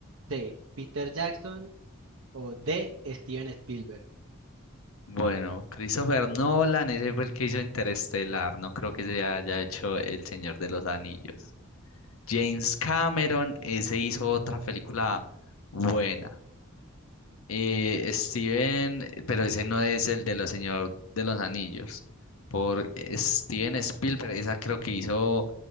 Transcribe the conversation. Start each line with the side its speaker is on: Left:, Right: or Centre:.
Right: C. Peter Jackson. O D. Steven Spielberg.
Left: Bueno, Christopher Nolan, ese fue el que hizo Interestelar. No creo que se haya hecho El Señor de los Anillos. James Cameron, ese hizo otra película buena. Eh, Steven, eh, pero ese no es el de los Señor de los Anillos. Por Steven Spielberg, esa creo que hizo